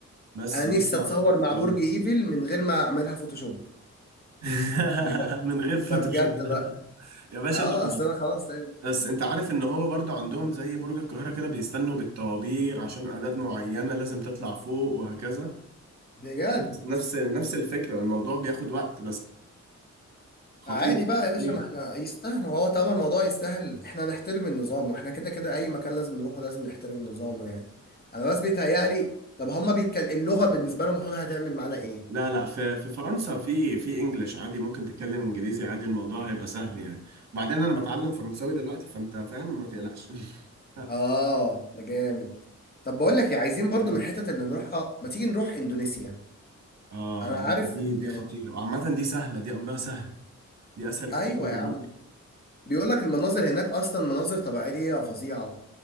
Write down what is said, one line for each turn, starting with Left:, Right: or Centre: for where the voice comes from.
Right: بس
Left: انا
Right: نطلع
Left: نفسي اتصور مع
Right: من
Left: برج ايفل من غير ما اعملها فوتوشوب
Right: <laughs>
Left: بجد
Right: من غير فوتوشوب
Left: ده بجد بقى
Right: يا باشا
Left: اه
Right: طب ما-
Left: اصل انا خلاص
Right: بس انت عارف ان هو برضو عندهم زي برج القاهرة كده بيستنوا بالطوابير عشان اعداد معينة لازم تطلع فوق وهكذا
Left: بجد
Right: نفس نفس نفس الفكرة الموضوع بياخد وقت بس خطير
Left: عادي بقى يا باشا
Right: خطير
Left: ما احنا يستاهل هو طالما الموضوع يستاهل احنا نحترم النظام واحنا كده كده اي مكان لازم نروحه لازم نحترم نظامه يعني انا بس بيتهيألي طب هما بيتكل... اللغة بالنسبة لهم المفروض هتعمل معانا ايه
Right: لا لا في في فرنسا في في انجلش عادي ممكن تتكلم انجليزي عادي الموضوع هيبقى سهل يعني بعدين انا بتعلم فرنساوي دلوقتي فانت فاهم ما تقلقش <laughs>
Left: اه ده جامد طب بقول لك ايه عايزين برضو
Right: قول
Left: من الحتت
Right: لي.
Left: اللي نروحها ما تيجي نروح اندونيسيا
Right: اه
Left: انا
Right: لا،
Left: عارف
Right: دي
Left: ان
Right: دي خطيرة عامة دي سهلة دي امرها سهل دي اسهل كتير
Left: ايوه
Right: من
Left: يا
Right: اوروبا
Left: عم بيقول لك المناظر هناك اصلا مناظر طبيعية فظيعة